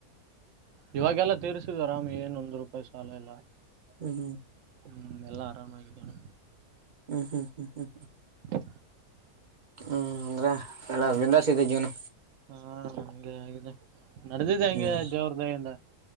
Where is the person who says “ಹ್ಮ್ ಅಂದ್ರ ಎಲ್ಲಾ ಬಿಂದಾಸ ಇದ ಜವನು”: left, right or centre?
Right